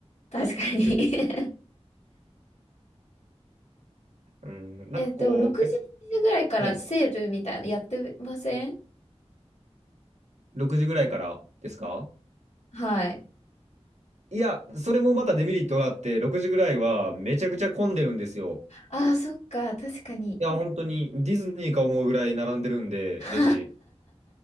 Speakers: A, on the left; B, on the right.
A: 確かに
B: というで、うん、なんかこう、
A: え、でも6時、
B: え、
A: しちじぐらいからセールみたいなのやってません
B: はい、6時ぐらいからですか
A: はい。
B: いや、それもまたデメリットがあって、6時ぐらいはめちゃくちゃ混んでるんですよ。
A: ああ、そっか、確かに。
B: いや、本当にディズニーか思うぐらい並んでるんで、
A: <laughs>
B: レジ。